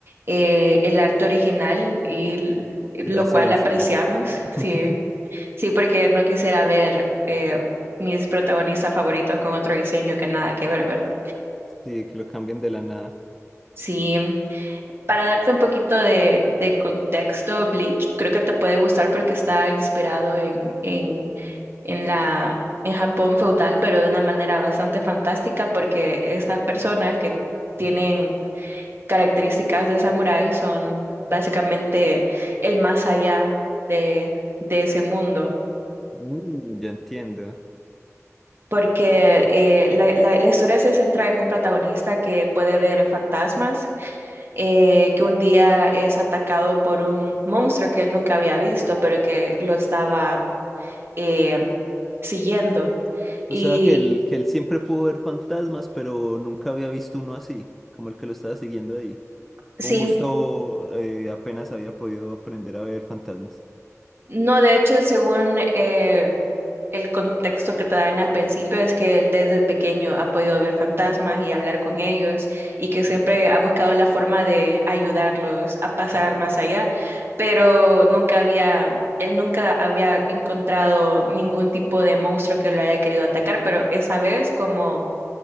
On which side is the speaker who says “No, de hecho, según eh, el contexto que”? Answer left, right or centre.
Right